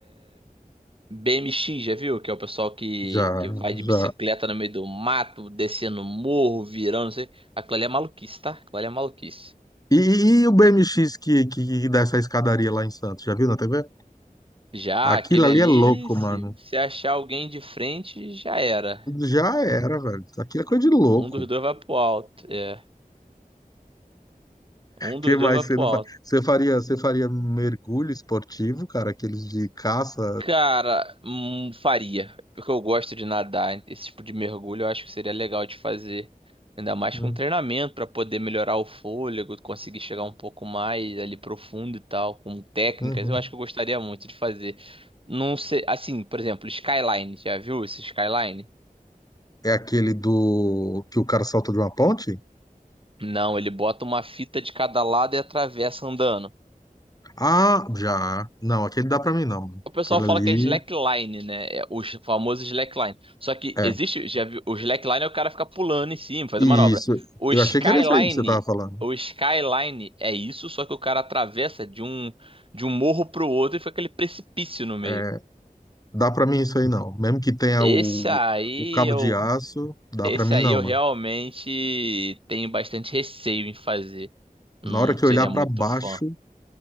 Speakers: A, on the right (about 35°); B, on the left (about 25°).
A: BMX, já viu? Que é o pessoal que,
B: já,
A: que vai de bicicleta
B: já.
A: no meio do mato, descendo morro, virando, não sei. Aquilo ali é maluquice, tá? Aquilo ali é maluquice.
B: E, e o BMX que, que, que dá essa escadaria lá em Santos, já viu na TV?
A: Já
B: Aquilo
A: aquele
B: ali
A: ali,
B: é louco,
A: se,
B: mano.
A: se achar alguém de frente, já era.
B: Já era, velho. Aquilo é coisa de louco.
A: Um dos dois vai pro alto. É. Um dos
B: Que mais
A: dois vai pro
B: você não
A: alto.
B: faz? Você faria, você faria mergulho esportivo, cara, aqueles de caça
A: Cara, hum, faria. Porque eu gosto de nadar. Esse tipo de mergulho eu acho que seria legal de fazer. Ainda mais
B: Hum,
A: com treinamento pra poder melhorar o fôlego, conseguir chegar um pouco mais ali profundo e tal, com técnicas.
B: uhum.
A: Eu acho que eu gostaria muito de fazer. Não sei, assim, por exemplo, Skyline. Já viu esse Skyline?
B: É aquele do que o cara salta de uma ponte?
A: Não, ele bota uma fita de cada lado e atravessa andando.
B: Ah, já. Não, aquele dá pra mim não.
A: O pessoal
B: Aquele
A: fala
B: ali.
A: que é slackline, né? É o ch- famoso slackline. Só que
B: É.
A: existe, já viu, o slackline é o cara ficar pulando em cima, fazendo
B: Isso.
A: manobra. O
B: Eu
A: skyline,
B: achei que era isso aí que você tava falando.
A: o skyline é isso, só que o cara atravessa de um de um morro pro outro e fica aquele precipício no meio.
B: É, dá pra mim isso aí não. Mesmo que tenha
A: Esse
B: o,
A: aí
B: o cabo
A: eu,
B: de aço, dá
A: esse
B: pra mim
A: aí
B: não,
A: eu
B: mano.
A: realmente tenho bastante receio em fazer. Não
B: Na hora que
A: seria
B: eu olhar pra
A: muito
B: baixo,
A: fã.